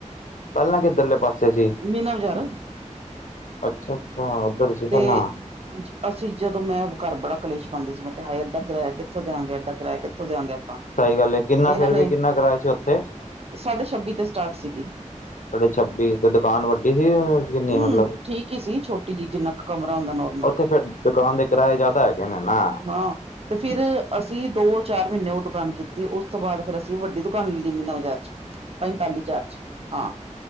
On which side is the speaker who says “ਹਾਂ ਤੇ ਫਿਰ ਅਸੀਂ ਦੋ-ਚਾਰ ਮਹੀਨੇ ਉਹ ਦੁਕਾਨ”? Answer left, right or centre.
Right